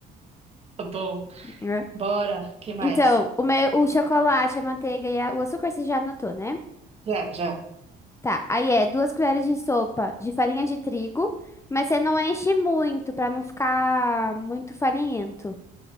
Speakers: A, on the right; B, on the left.
A: Tá bom.
B: né?
A: Bora, que mais?
B: Então, o meu, o chocolate, a manteiga e a- o açúcar você já anotou, né?
A: Já, já.
B: Tá, aí é duas colheres de sopa de farinha de trigo, mas você não enche muito pra não ficar muito farinhento.